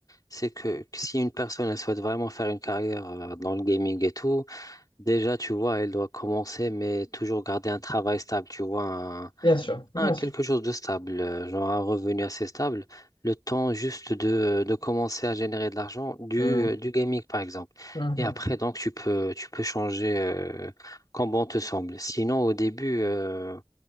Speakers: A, on the left (about 40°); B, on the left (about 60°).
A: c'est que si une personne elle souhaite vraiment faire une carrière euh, dans le gaming et tout, Déjà, tu vois, elle doit commencer, mais toujours garder un travail stable, tu vois, un,
B: Bien sûr, bien
A: un quelque
B: sûr.
A: chose de stable, euh, genre un revenu assez stable, le temps juste de, euh, de commencer à générer de l'argent du,
B: Mhm,
A: euh, du gaming, par exemple.
B: mhm,
A: Et après, donc, tu peux, tu peux changer euh, quand bon te semble. Sinon, au début, euh,